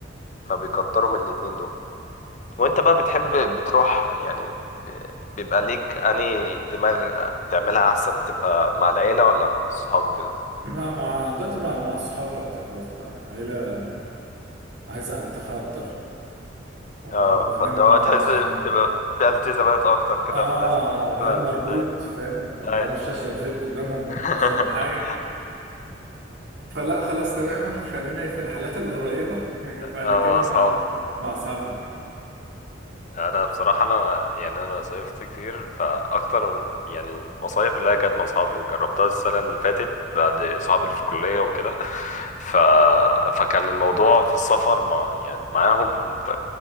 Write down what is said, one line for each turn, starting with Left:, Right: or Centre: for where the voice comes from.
Left: فبيكتروا من الاتنين دول وانت بقى بتحب بتروح يعني بيبقى ليك اني دماغ بتعملها احسن تبقى مع العيله ولا مع الصحاب وكده
Right: مع مع دلوقتي مع مع اصحاب اكتر خلاص بقى العيله عايزه انتخى اكتر وبعدين
Left: اه فلو
Right: عشان
Left: تحس بتبقى
Right: ايه
Left: في التزامات اكتر كده
Right: اه
Left: فلازم <laughs>
Right: وبعدين
Left: اه
Right: مربوط
Left: اه
Right: فاهم ما بعرفش
Left: اه
Right: اشرب فيب قدامهم
Left: <laughs>
Right: ما بعرفش اعمل حاجه فلا خلاص تمام <laughs> خلينا في الرحلات القريبه لكن بعد
Left: اه
Right: كده
Left: مع
Right: مع
Left: اصحابك
Right: مع اصحابنا
Left: انا بصراحه انا يعني انا صيفت كتير فاكتر يعني المصايف اللي هي كانت مع اصحابي جربتها السنه اللي فاتت بعد اصحابي اللي في الكليه وكده ف... فكان الموضوع في السفر مع يعني معاهم ف...